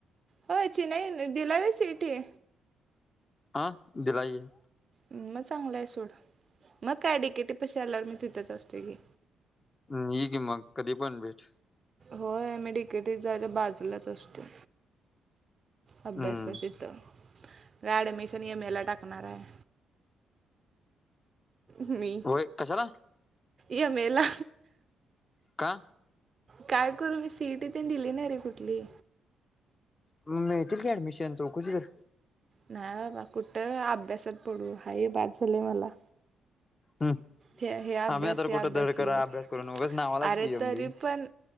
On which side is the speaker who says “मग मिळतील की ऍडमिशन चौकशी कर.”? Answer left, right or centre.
Left